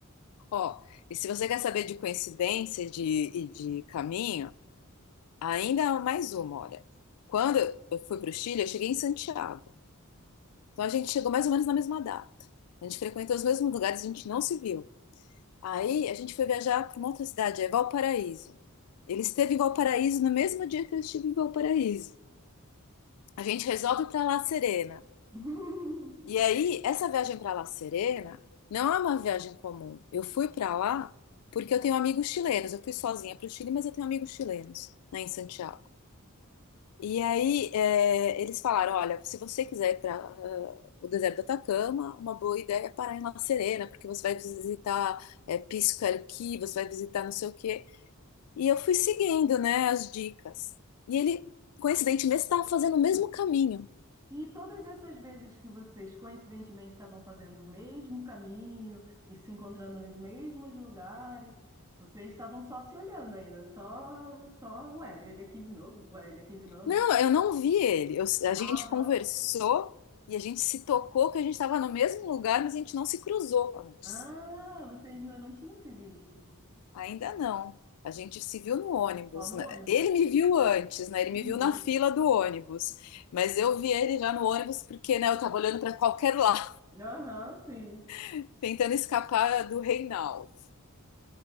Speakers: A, on the left; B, on the right.
A: Ó, e se você quer saber de coincidência e de, e de caminho, ainda há mais uma, olha. Quando eu fui para o Chile, eu cheguei em Santiago. Então a gente chegou mais ou menos na mesma data. A gente frequentou os mesmos lugares, a gente não se viu. Aí a gente foi viajar para uma outra cidade, é Valparaíso. Ele esteve em Valparaíso no mesmo dia que eu estive em Valparaíso. A gente resolve para La Serena.
B: <laughs>
A: E aí, essa viagem para La Serena não é uma viagem comum. Eu fui para lá porque eu tenho amigos chilenos. Eu fui sozinha para o Chile, mas eu tenho amigos chilenos, né, em Santiago. E aí, é, eles falaram: olha, se você quiser ir para o deserto do Atacama, uma boa ideia é parar em La Serena, porque você vai visitar é, Pisco Arqui, você vai visitar não sei o quê. E eu fui seguindo, né, as dicas. E ele, coincidentemente, estava fazendo o mesmo caminho.
B: E todas essas vezes que vocês coincidentemente estavam fazendo o mesmo caminho e se encontrando nos mesmos lugares, vocês estavam só se olhando ainda, só, só, ué, ele aqui de novo, ué, ele aqui de novo.
A: Não, eu não vi ele. Eu- a gente
B: Ah, não.
A: conversou e a gente se tocou que a gente estava no mesmo lugar, mas a gente não se cruzou antes.
B: Ah, vocês ainda não tinham se visto.
A: Ainda não. A gente se viu no ônibus.
B: Só no
A: né?
B: ônibus.
A: Ele me viu antes, né? Ele
B: Uhum.
A: me viu na fila do ônibus. Mas eu vi ele já no ônibus porque, né, eu estava olhando para qualquer lado,
B: Aham, sim.
A: <laughs> tentando escapar do Reinaldo.